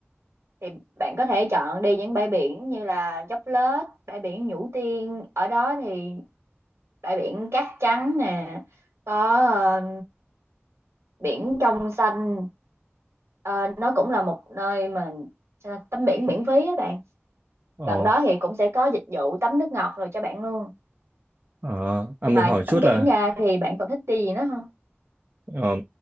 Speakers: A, on the right; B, on the right.
A: thì bạn có thể chọn đi những bãi biển như là Dốc Lết, bãi biển Nhũ Tiên. Ở đó thì bãi biển cát trắng nè, có ờ, biển trong xanh. Ờ, nó cũng là một nơi mà sao ta, tắm biển miễn phí á bạn.
B: Ồ,
A: Gần đó thì cũng sẽ có dịch vụ tắm nước ngọt rồi cho bạn luôn.
B: ờ, à,
A: Ngoài
B: mình hỏi chút
A: tắm biển
B: là
A: ra thì bạn còn thích đi gì nữa không?
B: Ờ,